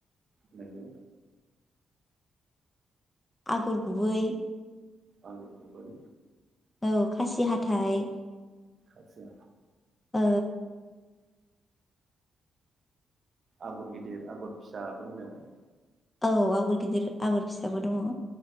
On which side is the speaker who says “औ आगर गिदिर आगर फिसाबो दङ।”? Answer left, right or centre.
Left